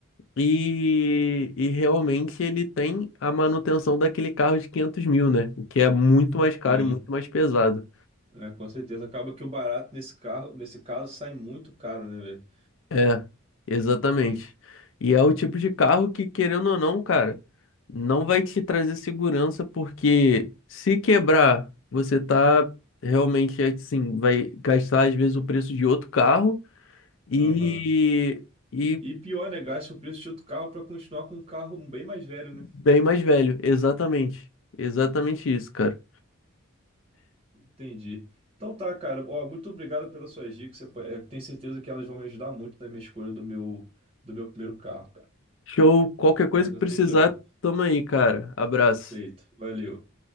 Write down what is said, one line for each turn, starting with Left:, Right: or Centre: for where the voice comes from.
Left: e, e realmente ele tem a manutenção daquele carro de 500 mil, né? O que é muito mais caro
Right: Sim,
Left: e muito mais pesado.
Right: é, com certeza. Acaba que o barato nesse carro, nesse caso, sai muito caro, né, velho?
Left: É, exatamente. E é o tipo de carro que, querendo ou não, cara, não vai te trazer segurança porque se quebrar, você tá realmente assim, vai gastar às vezes o preço de outro carro e,
Right: Aham.
Left: e
Right: E pior, né? Gasta o preço de outro carro para continuar com um carro bem mais velho, né?
Left: Bem mais velho, exatamente. Exatamente isso, cara.
Right: Entendi. Então tá, cara. Ó, muito obrigado pelas suas dicas. Eu eh, tenho certeza que elas vão me ajudar muito na minha escolha do meu, do meu primeiro carro, cara.
Left: Show, qualquer coisa
Right: Mas
Left: que
Right: eu
Left: precisar,
Right: tenho que ir lá.
Left: tamo aí, cara. Abraço.
Right: Feito. Valeu.